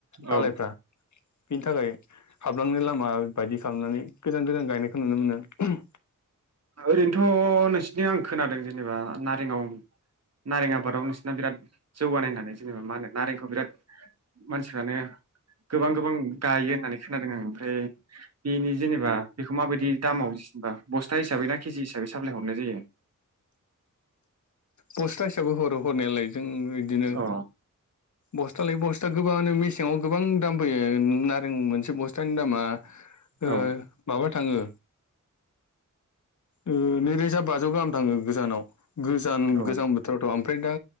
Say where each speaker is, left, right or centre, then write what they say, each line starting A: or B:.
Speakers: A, on the left (about 65°); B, on the right (about 50°).
A: दालायफ्रा
B: औ
A: बिनि थाखाय थाब बिफांनि लामा बायदि खालामनानै गोजान -गोजान गायनायखौ नुनो मोनो उम
B: ओरैनोथ' नोंसिनि आं खोनादों जेनेबा नारेंङाव नारें आबादाव नोंसिना बिराद जौगानाय होननानै जेनेबा मा होनो नारेंखौ बिराद मानसिफ्रानो गोबां -गोबां गायो होननानै खोनादों आं ओमफ्राय बेनि जेनेबा बेखौ माबायदि दामाव बा बस्था हिसाबै ना केजि हिसाबै साप्लाय हरनाय जायो
A: पस्था हिसाबै हरो हरनायालाय जों इदिनो
B: अ
A: बस्थालाय बस्था गोबाङानो मेसेंआव गोबां दाम फैयो नारें मोनसे बस्था थानि दामा ओ
B: औ
A: माबा थाङो ओ नैरोजा बाजौ गाहाम थाङो गोजानाव गोजान
B: औ
A: गोजां बोथोरावथ' आं ओमफ्राय दा